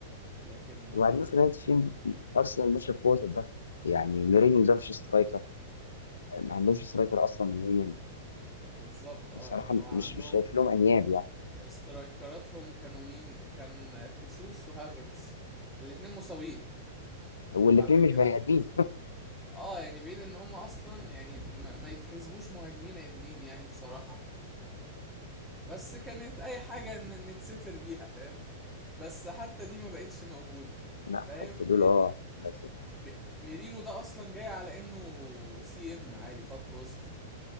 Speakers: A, in the centre; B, on the left (about 70°).
A: لكن
B: وبعدين في نهاية الفيلم أرسنال ماشية بقوة الدفع يعني ميرينيو ده مش سترايكر ما عندهمش سترايكر أصلا عموما
A: بالظبط اه
B: بصراحة
A: يعني هو عندهم
B: مش مش شايف لهم أنياب يعني
A: استرايكراتهم كانوا مين كان خيسوس وهافرتز الاتنين مصابين
B: والاتنين
A: بعد كده
B: مش بني آدمين
A: اه يعني بين ان هم اصلا يعني ما, ما يتحسبوش مهاجمين عدلين يعني بصراحة بس كانت اي حاجه ان نتستر بيها فاهم بس حتى دي ما بقتش موجوده
B: لا
A: فاهم
B: حتى دول
A: يعني
B: أه بس
A: م- ميرينو ده اصلا جاي على انه سي ام عادي خط وسط